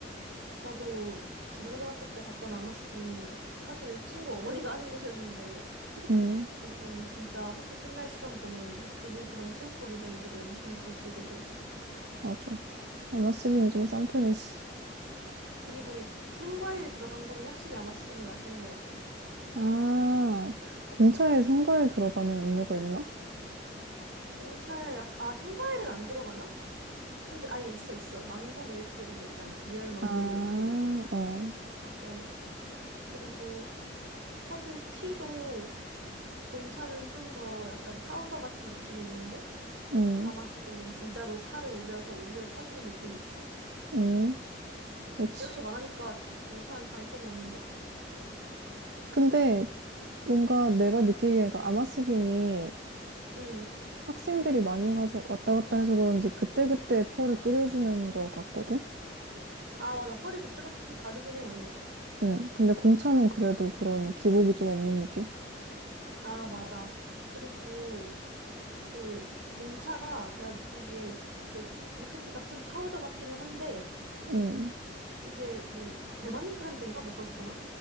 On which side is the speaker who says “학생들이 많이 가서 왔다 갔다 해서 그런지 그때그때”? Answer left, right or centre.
Right